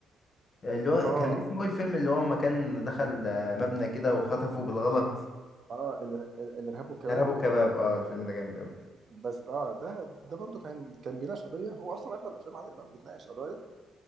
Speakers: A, on the left; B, on the right.
A: اللي هو
B: اه
A: كان اسمه ايه الفيلم اللي هو اما كان دخل آه، مبنى كده وخطفه بالغلط
B: اه الإر- الارهاب والكباب
A: ارهاب وكباب اه الفيلم ده جامد قوي
B: بس اه ده ده برضو كان كان بيناقش قضيه هو اصلا اغلب افلام عادل امام بتناقش قضايا